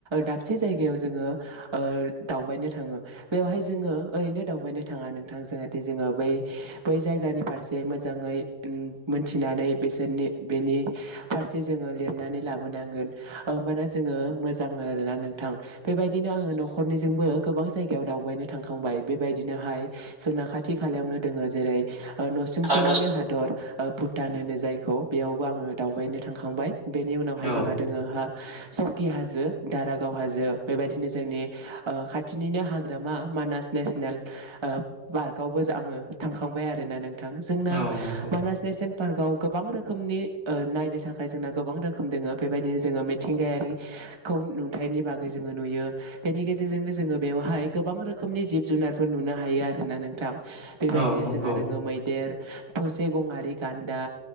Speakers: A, on the right; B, on the right.
A: दाबसे जायगायाव जोङो ओ दावबायनो थाङो। बेवहाय जोङो ओरैनो दावबायनो थाङा नोंथां जाहाथे जोङो बै बै जायगानि फारसे मोजाङै उ मोनथिनानै बिसोरनि बेनि फारसे जोङो लिरनानै लाबोनांगोन होमबाना जोङो मोजां मोन आरोना नोंथां बेबायदिनो आङो नखरनिजोंबो गोबां जायगायाव दावबायनो थांखांबाय बेबायदिनोहाय जोंना खाथि खालायावनो दोङो जेरै ओ नसुंसेनिनो
B: आं न
A: हादर ओ भु दान होनो जायखौ बेयावबो आङो दावबायनो थांखांबाय बेनि उनावहाय
B: औ
A: जोंहा दोङोहा हो सौकि हाजो दारागाव हाजो बेबायदिनो जोंनि ओ खाथिनिनो हाग्रामा मानास नेसनेल हो ओ पार्कआवबो आङो थांखांबाय आरोना नों जोंना हो
B: औ नंगौ
A: मानास नेसनेल पार्कआव गोबां रोखोमनि ओ नायनो थाखाय जोंना गोबां रोखोम दोङो बेबायदिनो जोङो मिथिंगायारिखौ नुथायनि बागै जोङो नुयो बेनि गेजेरजोंनो जोङो बेवहाय गोबां रोखोमनि जिब जुनारफोर नुनो हायो आरोना नोंथां हो बेबायदिनो
B: औ नंगौ
A: जोंहा दोङो मैदेर थसे गंआरि गान्दा